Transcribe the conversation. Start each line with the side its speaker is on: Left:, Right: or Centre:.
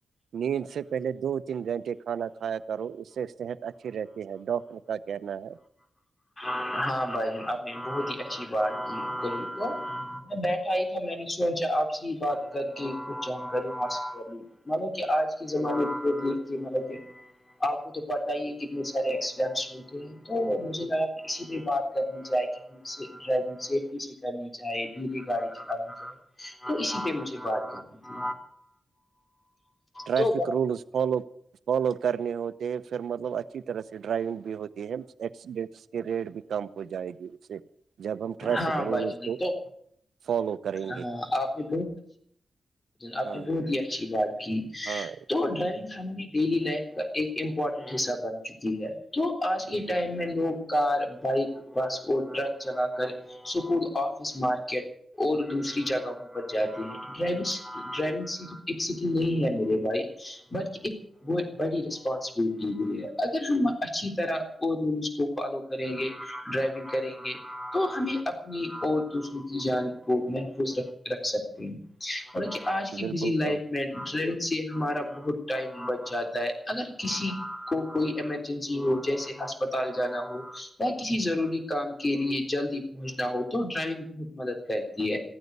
Right: نیند سے پہلے دو تین گھنٹے کھانا کھایا کرو اس سے صحت اچھی رہتی ہے ڈاکٹر کہنا ہے
Left: ہاں بھائی جن آب نے بہت ہی اچھی بات کی کہی تو میں بیٹھا ہی میں نے سوچا آپ سے بات کر کے کچھ جانکاری حاصل کر لی مل کہ آج کے زمانے کو دیکھتی ہے ملب آپ کو تو پتا ہی ہے کتنے سارے ایکسیڈنٹس ہوتے ہیں تو مجھے لگا کسی پہ بات کرنی جائے کیای ڈرائیگ سیفٹی سے کرنی چاہے دھیری گاڑی چلانی چاہے تو اسی پہ مجھے بات کرنی تھی
Right: ٹریفک
Left: تو
Right: رولز فالو فالو کرنے ہوتے پھر مطلب اچھی طرح سے ڈرائیونگ ہوتی ہے ایکسیڈینٹس کے ریٹ بھی کم ہو جائے گی اس سے جب ہم ٹریفک
Left: ہاں
Right: رولز
Left: بھائی جان
Right: کو
Left: تو
Right: فالو کریں
Left: ہاں
Right: گے
Left: آپ نے آپ
Right: ہاں
Left: نے بت یہ اچھی بات کی
Right: ہاں
Left: تو ڈرائیونگ ہماری ڈیلی لائف کا ایک امپورٹنٹ حصہ بن چکی ہے تو آج
Right: ہم
Left: کے ٹائم میں لوگ کار بائک بس اور ٹرک چلا کر سکول آفس مارکیٹ اور دوسری جگہوں پر جاتے ہیں ڈرائیونگ ڈرائیونگ صرف ایک سکل نہیں ہے میرے بھائی بق وہ بڑی ریسپانسبلٹی ہو ہے اگر ہم اچھی طرح اول اس کو فالو کریں گے ڈرائیونگ کریں گے تو ہمیں اپنی اور دوسروں کی جان کو محفوظکھ رکھ سکتے ہیں اور آج کی
Right: بالکل
Left: بزی لائف
Right: آ،
Left: میں ٹرین سے ہمارا بہت ٹائم بچ جاتا ہے اگر کسی کو کوئی ایمرج ہو جیسے ہسپتال جانا ہو یا کسی ضروری کام کے لیے جلدی پہنچنا ہو تو ڈرائونگ بہت مدد کرتی ہے